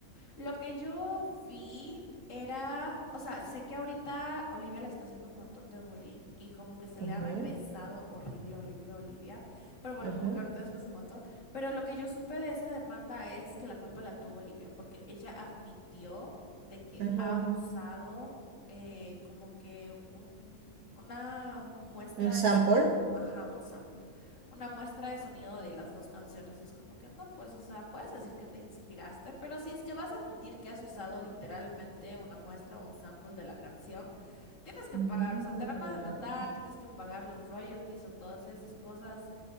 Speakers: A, on the left; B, on the right.
A: Lo que yo vi era, o sea, sé que ahorita Olivia le está haciendo un montón de bullying y como que se
B: Ujú,
A: le ha regresado horrible, horrible a Olivia, pero bueno,
B: ujú,
A: como que ahorita después te cuento, pero lo que yo supe de esa demanda es que la culpa la tuvo Olivia, porque ella admitió de que
B: ujú,
A: ha
B: ujú.
A: usado eh, como que un- una muestra
B: ¿Un
A: de
B: sample?
A: sonido, ajá, un sample una muestra de sonido de las dos canciones. Es como que no, pues, o sea, puedes decir que te inspiraste, pero si es que vas a admitir que has usado literalmente una muestra o un sample de la canción, tienes que
B: Mm,
A: pagar, o sea, te van a demandar, tienes que pagar los royalties o todas esas cosas.